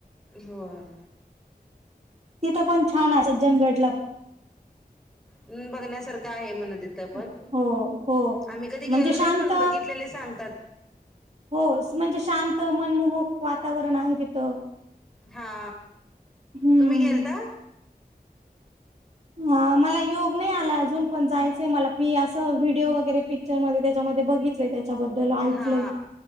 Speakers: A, in the centre; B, on the right.
A: होय
B: तिथं पण छान आहे. सज्जनगड
A: हम्म बघण्यासारखं आहे म्हणे तिथं पण.
B: हो, हो.
A: आम्ही कधी गेलो
B: म्हणजे शांत
A: नाही पण बघितलेले सांगतात.
B: हो म्हणजे शांत मनमोहक वातावरण आहे तिथ.
A: हा
B: हम्म.
A: तुम्ही गेलता.
B: हा मला योग नाही आला अजून. पण जायचंय मला. मी असं व्हिडिओ वगैरे पिक्चर मध्ये त्याच्यामध्ये बघित त्याच्याबद्दल ऐकलय.
A: हा